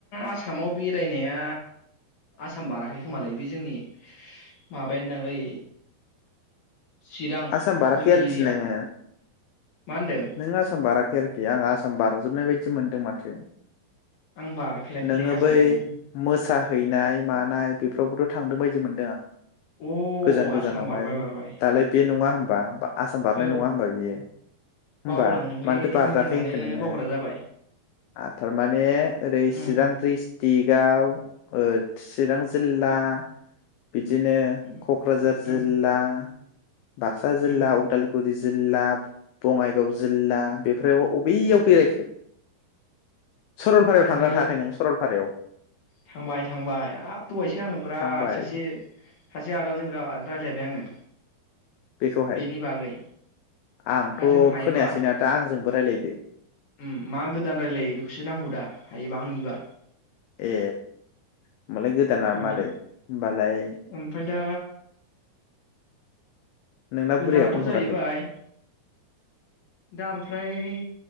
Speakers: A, on the left; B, on the left.
A: आसामाव बेरायनाया आसाम बाराखै खोमालाय बे जोंनि माबायानोदांलै चिरां
B: आसाम बाराखै
A: जोंनि
B: आरिखि
A: एरिया
B: नोंङो?
A: मा होनदों
B: नोंङो आसाम बाराखै आरोखि ए आङा आसाम बारजोबनाय बायदि मोनदों माथो
A: आं बारफेराखैलै
B: नोङो
A: आसामखौ
B: बै मोसाहैनाय मानाय बे फ्रावबोथ' थांदों बायदि मोनदों आं
A: अ
B: गोजान गोजानावहाय
A: आसाम बारबाय बारबाय
B: दालाय बे नङा होनोमबा बा आसाम बारनाय
A: औ
B: नङा होमबा बियो होमबा
A: बावलांदोंलै
B: मानोथो बारराखै
A: मेलेमानो
B: होनखो नोङो
A: बावग्रा जाबाय
B: आ थारमाने ओरै
A: उम
B: चिरां ड्रिस टिगाव ओ चिरां जिल्ला बिदिनो
A: उम
B: क'क्राझार जिल्ला
A: उम
B: बाक्सा जिल्ला
A: उम
B: उदाल गुरि जिल्ला बङाइगाव जिल्ला बेफ्रायाव अबेयाव बेरायखो? सरलपारायाव
A: आङो
B: थांगोना थाङाखै नों सरलपारायाव?
A: थांबाय थांबाय हाब दहायसो आङोबोरा
B: थांबाय
A: सासे सासे आदाजो बिराद रायलायबाय आङो।
B: बेखौहाय
A: बेनि बागै
B: आंथ'
A: दा जों हायोबा
B: खोनायासैना दा आंजोंबो रायलायदो
A: उम मा गोदान रायलायो बेखौसो नांगौ दा हायोबा आंनिबा
B: ए होमबालाय गोदाना
A: माने
B: मारै होमबालाय
A: ओमफ्राय दा
B: नोंना
A: गोदानाथ'
B: बुरैया फन
A: जाहैबाय
B: हराखै
A: दा ओमफ्राय